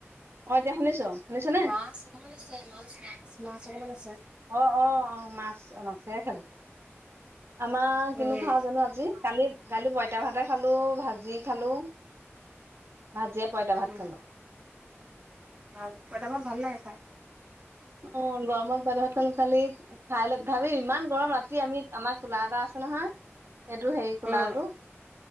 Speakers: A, on the right; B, on the right.
A: অ এতিয়া শুনিছো শুনিছনে
B: মাছ অকমান আছে, মাছ মাছ মাছ অকমান আছে।
A: অ অ অ মাছ মাছে খালি। আমাৰ কিনো
B: উম
A: খাওঁ জানো আজি। কালি কালি পঁইতা ভাতে খালোঁ ভাজি খালোঁ। ভাজিয়ে পঁইতা ভাত
B: উম
A: খালোঁ।
B: ভাল পঁইতা ভাত ভাল লাগে খাই।
A: অ গৰমত পঁইতা ভাত খালি খাই ল ভাবি ইমান গৰম ৰাতি আমি আমাৰ কোলা এটা আ নহয় সেইটো হেৰি কুলাৰটো
B: উম